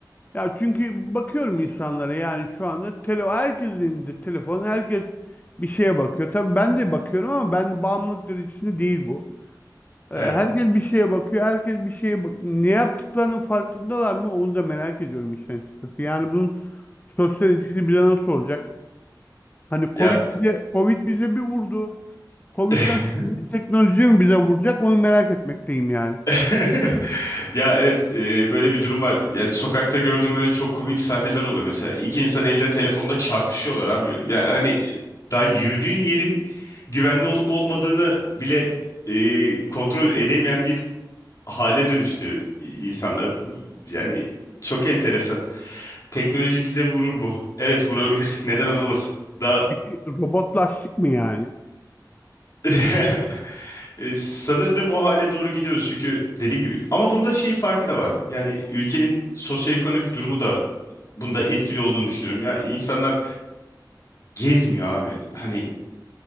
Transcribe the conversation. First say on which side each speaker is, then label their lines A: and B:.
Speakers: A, on the left; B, on the left.
A: ya çünkü bakıyorum insanlara yani şu anda tele, herkesin elinde telefon herkes bir şeye bakıyor. Tabii ben de bakıyorum ama ben de bağımlılık derecesinde değil bu. Ee,
B: Evet.
A: Herkes bir şeye bakıyor. Herkes bir şeye bak ne yaptıklarının farkındalar mı? Onu da merak ediyorum işin açıkçası. Yani bunun sosyal etkisi bize nasıl olacak? Hani
B: Ya
A: Covid bize Covid bize bir vurdu. Covid'den
B: <laughs>
A: sonra bir de teknoloji mi bize vuracak? Onu merak etmekteyim yani.
B: <laughs> Ya evet e, böyle bir durum var. Ya sokakta gördüğüm böyle çok komik sahneler oluyor mesela. İki insan elinde telefonla çarpışıyorlar abi. Ya hani daha yürüdüğün yerin güvenli olup olmadığını bile e, kontrol edemeyen bir hale dönüştü insanlar. Yani çok enteresan. Teknoloji bize vurur mu? Evet vurabilir. Neden olmasın? Daha
A: Çünkü Robotlaştık mı yani?
B: <laughs> E, Sanırım o hale doğru gidiyoruz çünkü dediğim gibi ama bunda şey farkı da var. Yani ülkenin sosyoekonomik durumu da bunda etkili olduğunu düşünüyorum. Ya insanlar gezmiyor abi. Hani